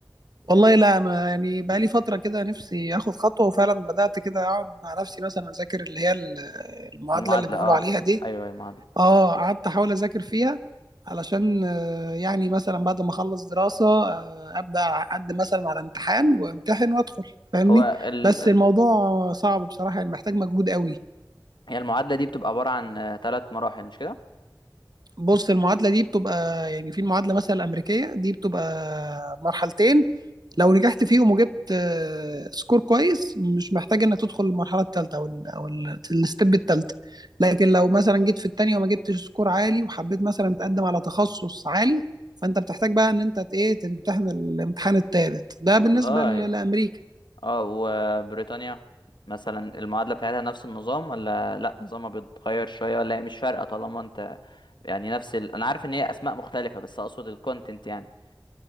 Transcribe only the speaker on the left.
المعادلة
اه
أيوه المعادلة
هو ال...
ال-
هي المعادلة دي بتبقى عبارة عن ثلاث مراحل مش كده؟
والله
اه وبريطانيا مثلا المعادلة بتاعتها نفس النظام ولا لا نظامها بيتغير شوية ولا هي مش فارقة طالما انت يعني نفس ال... انا عارف ان هي اسماء مختلفة بس اقصد الكونتنت يعني